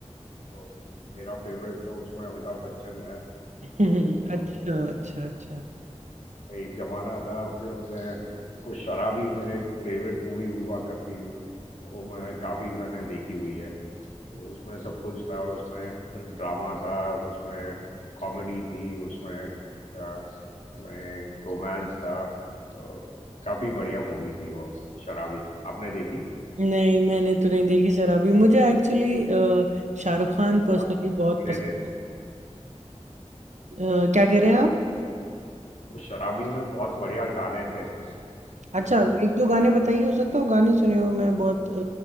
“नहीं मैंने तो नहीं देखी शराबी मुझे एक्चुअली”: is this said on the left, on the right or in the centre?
Right